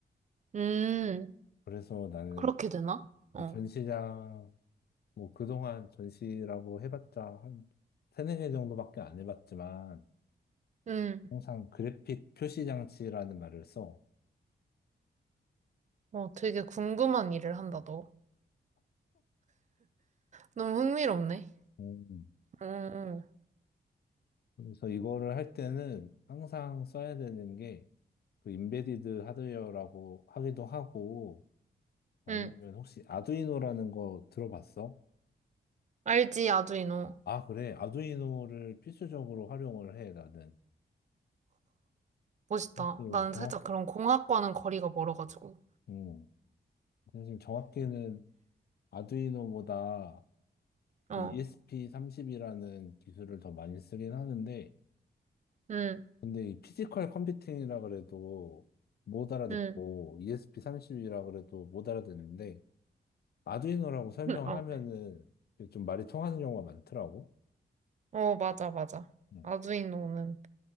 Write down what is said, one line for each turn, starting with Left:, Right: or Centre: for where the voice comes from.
Right: 음,
Left: 그래서 나는
Right: 그렇게 되나? 어,
Left: 그 전시장 뭐 그동안 전시라고 해봤자 한 세네 개 정도밖에 안 해봤지만
Right: 음,
Left: 항상 그래픽 표시 장치라는 말을 써
Right: 어, 되게 궁금한 일을 한다, 너. 너무 흥미롭네.
Left: 음.
Right: 음,
Left: 그래서 이거를 할 때는 항상 써야 되는 게 그 인베디드 하드웨어라고 하기도 하고 아니면
Right: 응.
Left: 혹시 아두이노라는 거 들어봤어?
Right: 알지, 아두이노.
Left: 아, 그래. 아두이노를 필수적으로 활용을 해, 나는.
Right: 멋있다.
Left: 사실
Right: 나는
Left: 정확,
Right: 살짝 그런 공학과는 거리가 멀어가지고.
Left: 음, 사실 정확히는 아두이노보다
Right: 어,
Left: 그 ESP30이라는 기술을 더 많이 쓰긴 하는데
Right: 응,
Left: 근데 이 피지컬 컴퓨팅이라 그래도 못 알아듣고
Right: 응.
Left: ESP30이라 그래도 못 알아듣는데 아두이노라고 설명하면은
Right: <laughs> 어,
Left: 이게 좀 말이 통하는 경우가 많더라고.
Right: 어, 맞아, 맞아.
Left: 음.
Right: 아두이노는.